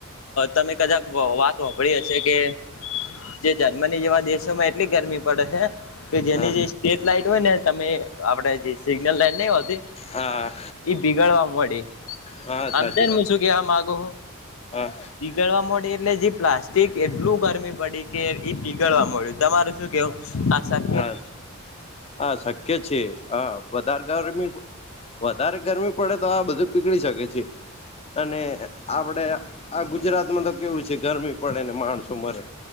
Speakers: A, on the left; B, on the left.
A: તમે કદાક વાત હાંબડી હશે કે જે જર્મની જેવા દેશોમાં એટલી ગરમી પડે હે કે જેની
B: હા
A: જે સ્ટ્રીટ લાઈટ હોય ને તમે આપડે જે સિગ્નલ લાઈટ નહીં હોતી
B: હા
A: ઈ બીગાડવા મડી.
B: હા
A: આમ
B: સાચી
A: ત હ
B: વાત
A: શું કેવા માગુ હો
B: હા.
A: પીગળવા મળડી એટલે જે પ્લાસ્ટિક એટલું ગરમી પડી કે એ પીગળવા મળ્યું તમારું શું કહેવું આસાર
B: હા હા શક્ય છે હ વધારગ ગરમી બહુ વધારે ગરમી પડે તો આ બધું પીગળી શકે છે અને આપડે આ ગુજરાતમાં તો કેવું છે ગરમી પડે ને માણસો મરે.